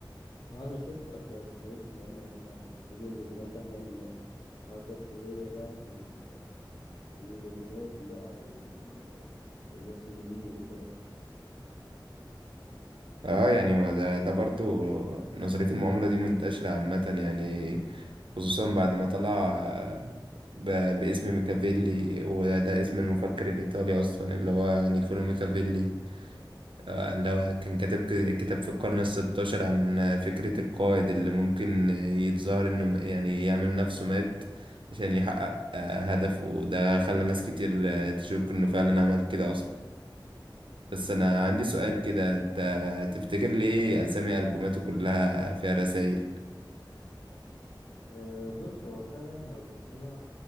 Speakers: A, on the left; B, on the right.
A: اه انا شفت اصلا نظرية المؤامرة دي يعني بتقول انه كمان دخل في حركات سرية بقى زي ال- الإلوميناتي بقى وال- والماسونيين وكده
B: اه يعني هو ده ده برضو نظرية المؤامرة دي منتشرة عامة يعني خصوصا بعد ما طلع ب- باسم ميكافيلي وده اسم المفكر الإيطالي أصلا اللي هو نيكولو ميكافيلي آه، اللي هو كان كتب ك- كتاب في القرن الستاشر عن فكرة القائد اللي ممكن يتظاهر إنه يعني يعمل نفسه مات عشان يحقق آه، هدفه ده خلى ناس كتير آه، تشك إنه فعلا عمل كده أصلا بس أنا عندي سؤال كده أنت تفتكر ليه أسامي ألبوماته كلها فيها رسايل؟
A: أه، بص هو فعلا احنا لو بصينا